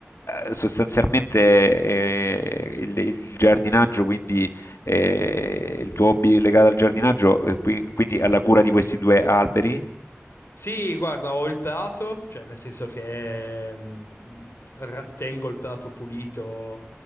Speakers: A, on the left; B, on the left.
A: eh, sostanzialmente eh, il, il giardinaggio, quindi eh, il tuo hobby legato al giardinaggio, eh, qui- quindi alla cura di questi due alberi?
B: Sì, guarda, ho il prato, cioè nel senso che mm, ra- tengo il prato pulito